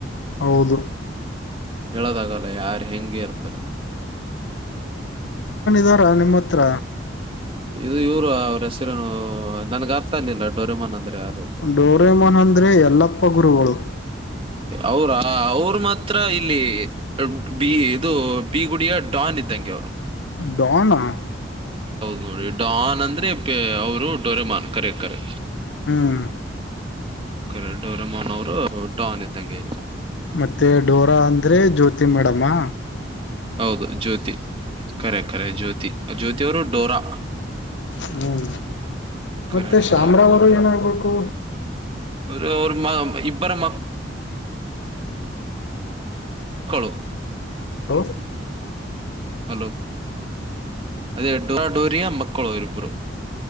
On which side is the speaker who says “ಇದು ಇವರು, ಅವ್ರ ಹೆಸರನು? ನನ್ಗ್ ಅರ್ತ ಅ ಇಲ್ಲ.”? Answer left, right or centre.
Right